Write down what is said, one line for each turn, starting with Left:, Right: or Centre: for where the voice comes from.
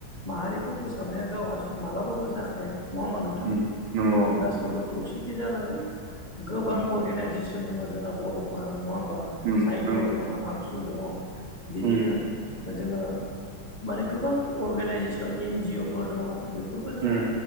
Left: माहारिखौ फोसाबनाया गाव हारसिं मालाबाबो जाखाया नङा होमा नोंथां।
Right: उम नंगौ
Left: जों गासैबो
Right: नंगौ
Left: खौसेथि जानांगोन गोबां
Right: उम
Left: अर्गेनाइजेसन दङ जोंहा बर'फोरा नङा होमबा
Right: उम
Left: साहित'
Right: नंगौ
Left: दङ आबसु दङ बिदिनो
Right: उम
Left: जोङो माने गोबां अर्गेनाइजेसन एनजिअ फोर दङ बे फोरबो जोङो
Right: उम